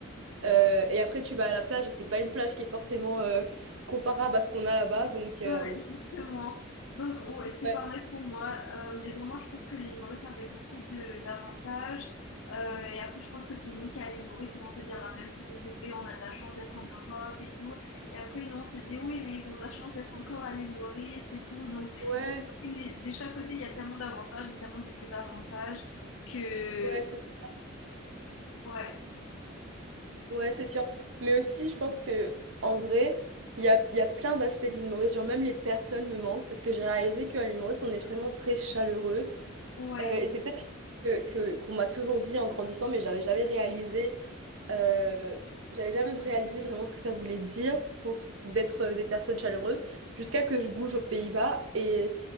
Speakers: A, on the right; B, on the left.
A: Euh, et après, tu vas à la plage et c'est pas une plage qui est forcément euh, comparable à ce qu'on a là-bas. Donc, euh,
B: Ouais, justement. Donc, ouais, c'est
A: ouais,
B: pareil pour moi. Euh, mais vraiment, je trouve que les humoristes avaient beaucoup de d'avantages. Euh, et après, je pense que tout le monde qui est à l'humoriste, ils vont te dire la même chose. Ils disent, oui, on a de la chance d'être en Europe et tout. Et après, non, on se dit, oui, mais ils ont de la chance d'être encore à l'humoriste et tout. Donc,
A: ouais,
B: les- de chaque côté, il y a tellement d'avantages et tellement de désavantages que...
A: ouais, c'est ça.
B: Ouais,
A: Ouais, c'est sûr. Mais aussi, je pense que en vrai, il y a, il y a plein d'aspects de l'île Maurice. Genre, même les personnes me manquent parce que j'ai réalisé qu'à l'île Maurice, on est vraiment très chaleureux.
B: ouais,
A: Euh, et c'est peut-être un truc que, que- qu'on m'a toujours dit en grandissant, mais j'avais jamais réalisé euh, j'avais jamais réalisé vraiment ce que ça voulait dire qu'on se- d'être euh, des personnes chaleureuses jusqu'à que je bouge aux Pays-Bas. Et